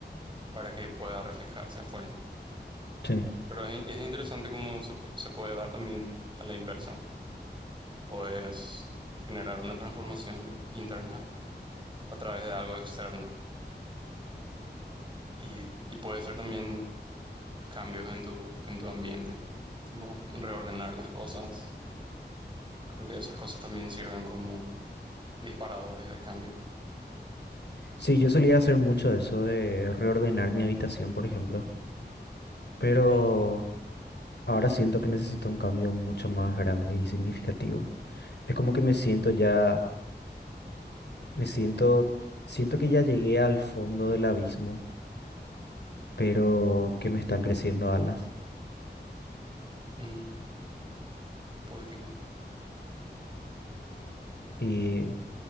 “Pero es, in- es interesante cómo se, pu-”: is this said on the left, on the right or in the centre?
Right